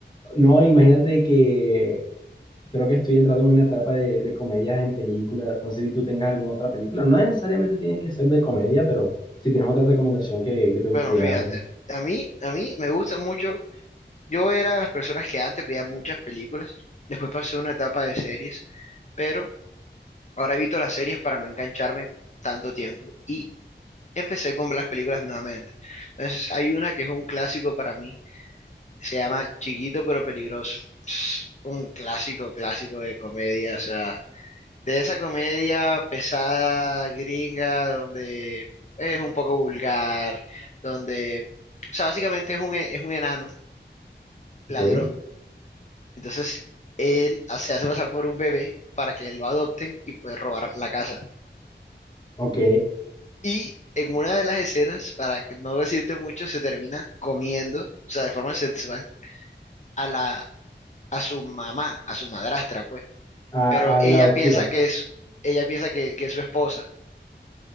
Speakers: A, on the left; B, on the left.
A: No, imagínate que creo que estoy entrando en una etapa de, de comedias en películas, entonces si tú tengas alguna otra película, no necesariamente tienen que ser de comedia, pero si tienes otra recomendación que, que te gustaría
B: Bueno, fíjate,
A: darme.
B: a mí, a mí me gusta mucho, yo era de las personas que antes veía muchas películas, después pasé una etapa de series, pero ahora evito las series para no engancharme tanto tiempo. Y empecé con las películas nuevamente. Entonces, hay una que es un clásico para mí, se llama Chiquito pero peligroso. Es un clásico, clásico de comedia, o sea, de esa comedia pesada, gringa, donde es un poco vulgar, donde, o sea, básicamente es un, e- es un enano
A: Ok,
B: ladrón. Entonces, él se hace pasar por un bebé para que lo adopten y poder robar la casa.
A: ok,
B: Y en una de las escenas, para que no decirte mucho, se termina comiendo, o sea, de forma sexual, a la, a su mamá, a su madrastra, pues.
A: a,
B: Pero
A: a
B: ella
A: la adoptiva.
B: piensa que es, ella piensa que, que es su esposa.